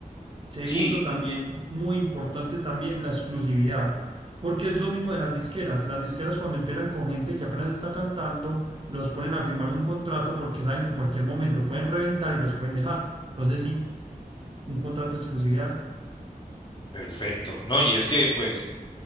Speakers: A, on the right; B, on the left.
A: Segundo,
B: Sí,
A: también muy importante también la exclusividad, porque es lo mismo de las disqueras. Las disqueras cuando empiezan con gente que apenas está cantando, los ponen a firmar un contrato porque saben que en cualquier momento pueden reventar y los pueden dejar. Entonces sí, un contrato de exclusividad.
B: Perfecto, ¿no? Y es que pues